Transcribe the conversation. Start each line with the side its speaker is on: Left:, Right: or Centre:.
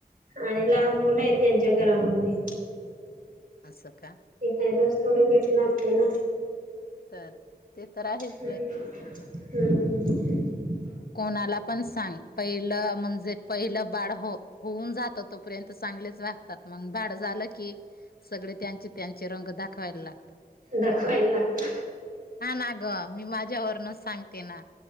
Right: आणि लहान मुलं आहेत त्यांच्या घरामध्ये
Left: असं का
Right: हे काही रोज थोडस भेटील आपल्याला
Left: तर ते तर आहेच
Right: हम्म
Left: बाई.
Right: हम्म.
Left: कोणाला पण सांग पहिलं म्हणजे पहिलं बाळ होऊन जात तोपर्यंत स चांगलेच वागतात म बाड झालं की सगळे त्यांचे त्यांचे रंग दाखवायला लागतात.
Right: दाखवायला लागत
Left: हा ना ग मी माझ्यावरनच सांगते ना